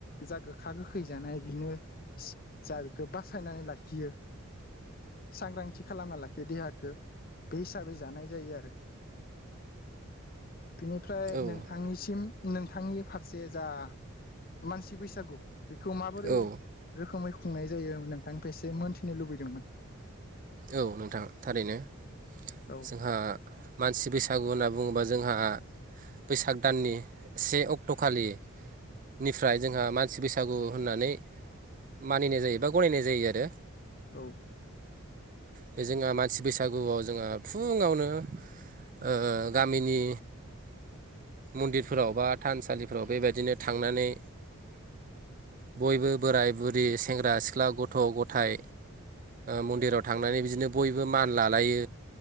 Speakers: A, on the left; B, on the right.
A: जा गोखा गोखै जानाय बिनो जा बेखौ बासायनानै लाखियो सांग्रांथि खालामन <unintelligible> देहाखौ बे हिसाबै जानाय जायो आरो बेनिफ्राय
B: औ
A: नोंथांनिसिम
B: औ
A: नों नोंथांनि फारसे जा मानसि बैसागु बेखौ माबोरै
B: औ
A: रोखोमै खुंनाय जायो नोंथांनिफ्राय एसे मोनथिनो लुबैदोंमोन
B: औ नोंथां थारैनो।
A: औ
B: जोंहा मानसि बैसा बैसागु होनना बुङोबा जोंहा बैसाग दाननि से अक्ट'खालिनिफ्राय जोंहा मानसि बैसागु होननानै मानिनाय जायो बा गनायनाय जायो आरो
A: औ
B: बे जोंहा मानसि बैसागुआव जोंहा फुङावनो ओ गामिनि मन्दिरफोराव बा थानसालिफोराव बेबायदिनो थांनानै बयबो बोराय-बुरि, सेंग्रा-सिख्ला, गथ'-गथाय मन्दिराद थांनानै बिदिनो बयबो मान लालायो